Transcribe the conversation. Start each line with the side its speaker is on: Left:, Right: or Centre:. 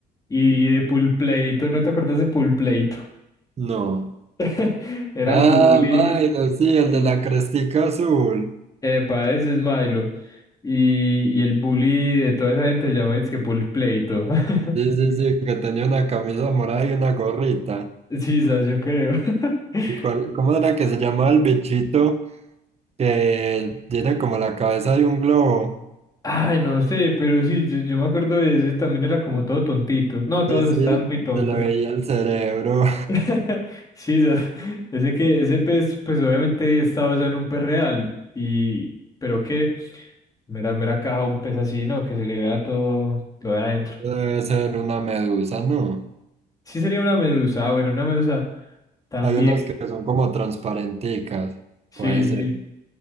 Left: y de Pulpleito, ¿no te acuerdas de Pulpleito?
Right: No.
Left: <laughs> Era el
Right: Ah,
Left: bully,
Right: Milo, sí,
Left: el...
Right: el de la crestica azul.
Left: Epa, ese es Milo. Y, y el bully de toda esa gente se llama es que Pulpleito. <laughs>
Right: Sí, sí, sí, que tenía una camisa morada y una gorrita.
Left: Sí, sas, yo creo. <laughs>
Right: ¿Y cuál, cómo era que se llamaba el bichito que tiene como la cabeza de un globo?
Left: Ay, no sé, pero sí, yo, yo me acuerdo de ese, también era como todo tontito. No, todos
Right: Sí, sí,
Left: estaban muy tontos.
Right: se le veía el cerebro.
Left: <laughs> Sí, esa- ese que ese pez, pues obviamente está basado en un pez real y pero que mera mera caja un pez así, ¿no? Que se le vea todo lo de adentro.
Right: <laughs> Debe ser una medusa, ¿no?
Left: Sí sería una medusa, ah, bueno, una medusa también.
Right: Hay unas que son como transparenticas,
Left: Sí,
Right: puede ser,
Left: sí.